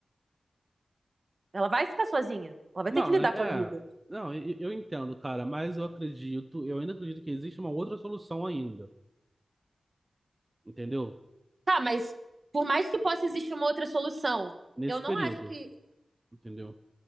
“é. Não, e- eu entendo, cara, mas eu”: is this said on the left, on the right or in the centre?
Right